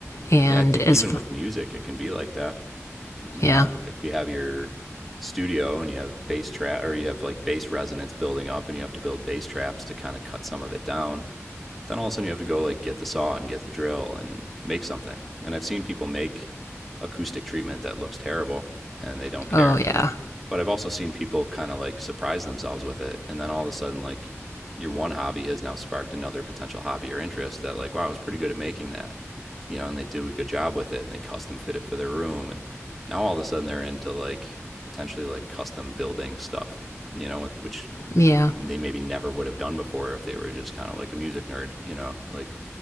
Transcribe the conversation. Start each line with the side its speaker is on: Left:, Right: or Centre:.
Left: and
Centre: Yeah, I think
Left: as
Centre: even with
Left: f-
Centre: music, it can be like that. you
Left: yeah
Centre: know, if you have your studio and you have bass trap or you have like bass resonance building up and you have to build bass traps to kind of cut some of it down, then all of a sudden you have to go like get the saw and get the drill and make something. And I've seen people make acoustic treatment that looks terrible and they don't care.
Left: oh yeah
Centre: But I've also seen people kind of like surprise themselves with it. And then all of a sudden, like your one hobby has now sparked another potential hobby or interest that, like, wow, I was pretty good at making that, you know, and they do a good job with it. And they custom fit it for their room. And now all of a sudden they're into like potentially like custom building stuff, you know, which
Left: yeah
Centre: they maybe never would have done before if they were just kind of like a music nerd, you know, like